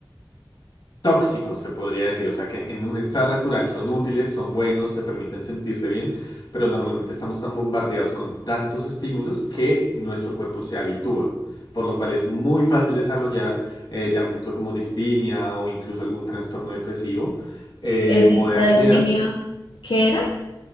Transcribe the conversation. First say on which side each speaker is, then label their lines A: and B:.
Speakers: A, on the left; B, on the left.
A: tóxicos, se podría decir. O sea que en un estado natural son útiles, son buenos, te permiten sentirte bien, pero normalmente estamos tan bombardeados con tantos estímulos que nuestro cuerpo se habitúa. Por lo cual es muy fácil desarrollar, eh, llamémoslo como distimia o incluso algún trastorno depresivo eh,
B: El di-
A: o de
B: la
A: ansiedad.
B: distimia, ¿qué era?